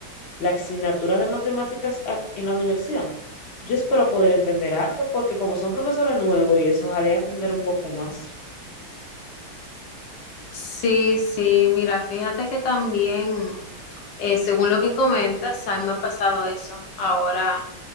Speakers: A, on the left; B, on the left.
A: la asignatura de matemáticas a- en la universidad. Yo espero poder entender algo porque como son profesores nuevos y eso, ojalá y aprender un poco más.
B: Sí, sí, mira, fíjate que también, eh, según lo que comentas, a mí me ha pasado eso ahora